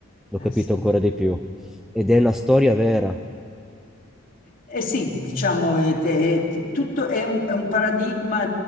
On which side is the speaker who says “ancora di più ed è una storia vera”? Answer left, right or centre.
Centre